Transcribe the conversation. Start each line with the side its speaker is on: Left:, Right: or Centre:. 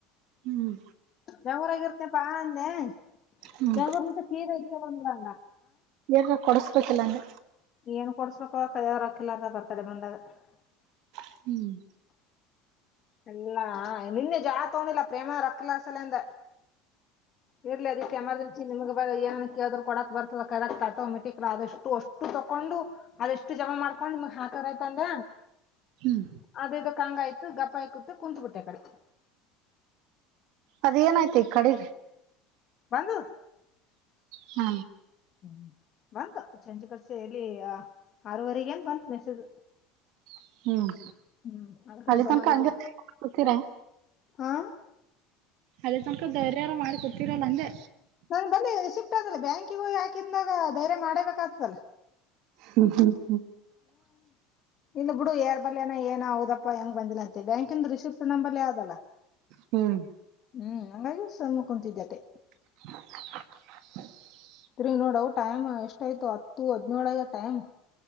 Right: ಹ್ಮ್
Left: ಯಾವ್ ಊರಾಗ್ ಇರ್ತೀಯಪ್ಪ ಅಂದೆ
Right: ಹ್ಮ್
Left: ಬೆಂಗಳೂರು ಇಂದ ಸಿದ್ದ ಇಲ್ಲಿಗೆ ಬರ್ತಿನಿ ಬಾ ಅಂದ
Right: ಏನ ಕೊಡಿಸಸ್ಬೇಕಿಲ್ಲ ನೀ
Left: ಏನ್ ಕೊಡ್ಸ್ಬೇಕ ಅವ ಕದ ಅವರು ಹಾಕಿಲ್ಲ ಅಂತ ಬ ಕದ ಬಂದಾಗ <unintelligible>
Right: ಹ್ಮ್
Left: ಎಲ್ಲಾ ನಿನ್ನೆ ಜೋಳ ತಗೊಂಡಿಲ್ಲ ಪ್ರೇಮ ರಕ್ಕಲ ಸಲ ಅಂದ ಇರ್ಲಿ ಅದಕ್ಕೆ ಎಮರ್ಜನ್ಸಿ ನಿಮ್ಗೆ ಏನಕ್ಕೆ್ರರು ಕೊಡಕ್ ಬರ್ತದ ಕಕ್ ಆಟೋಮೆಟಿಕ್ ಅಷ್ಟು ಅಷ್ಟು ತಕೊಂಡು <unintelligible> ಅದೆಷ್ಟು ಜಮಾ ಮಾಡ್ಕೊಂಡು ನಿಮಗ್ ಹಾಕಾರ ಆಯ್ತ ಅಂದ
Right: ಹ್ಮ್
Left: ಅದೇದು ಕಂಗ ಆಯ್ತು ಗಪ್ಪಾಯ ಕೂತು ಕುಂತ್ ಬಿಟ್ಟೆ ಕಡೆ
Right: ಅದ ಏನಾಯ್ತಿ ಈ ಕಡೆ
Left: ಬಂದು
Right: ಹ್ಮ
Left: ಹ್ಮ ಬಂತು ಚಂಚ ಕಡ್ಸ ಎಲ್ಲಿ ಆರವರೆಗ ಏನ್ ಬಂತ ಮೆಸೇಜ್ <unintelligible>
Right: ಹ <inaudible> ಹ್ಮ್
Left: ಹ್ಮ್ ಅದಕ
Right: ಅಲ್ಲಿ
Left: ಜಮಾ
Right: ತನಕ
Left: ಆಗಿದೆ.
Right: ಅಂಗ <inaudible> ಕೊತೀರ
Left: ಹಾ
Right: ಅದೇ ತನಕ ಧೈರ್ಯಾರ ಮಾಡ್ಕೊತಿರಲ್ಲ ಅಂದೆ.
Left: ನನ್ ಬಂದಿ ರಿಸಿಪ್ಟ್ ಅದೇಲ್ಲ ಬ್ಯಾಂಕಿಗ ಯಾಕಂದಾಗ ಧೈರ್ಯ ಮಾಡೇಬೇಕ ಆತಲ್ಲ
Right: ಹ್ಮ ಹ್ಮ ಹ್ಮ
Left: ಇಲ್ಲಿ ಬಿಡು ಯಾರ್ ಬರ್ಯನ ಏನ ಹೌದಪ್ಪ ಹೆಂಗ ಬಂದಿಲ್ಲ ಅಂತೆ ಬ್ಯಾಂಕಂದ ರಿಸಿಪ್ಟ್ ನಂಬರ್ಲ್ ಯಾವ್ದಲ್ಲ
Right: ಹ್ಮ್
Left: ಹ್ಮ್ ಹಂಗಾಗಿ ಸುಮ್ನೆ ಕುಂತಿದ್ಯಾತ್ತೆ
Right: <inaudible>
Left: <unintelligible> ನೋಡವು ಟೈಮ್ ಎಷ್ಟಾಯಯ್ತು ಹತ್ತು ಹದಿನೇಳು ಆಗ್ಯಾದ ಟೈಮ್